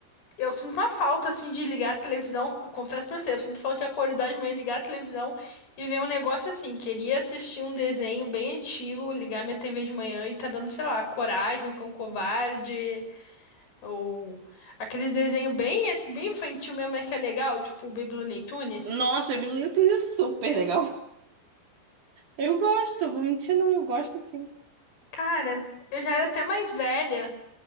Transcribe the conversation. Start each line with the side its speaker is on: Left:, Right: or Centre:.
Left: Eu sinto uma falta, assim, de ligar a televisão. Confesso pra você, eu sinto falta de acordar de manhã, ligar a televisão e ver um negócio assim. Queria assistir um desenho bem antigo, ligar minha TV de manhã e tá dando, sei lá, Coragem, o Cão Covarde, ou aqueles desenhos bem, assim, bem infantil mesmo, mas que é legal, tipo o Baby Looney Tunes.
Right: nossa, eu me lembro é super legal. Eu gosto, vou mentir, não, eu gosto sim.
Left: Cara, eu já era até mais velha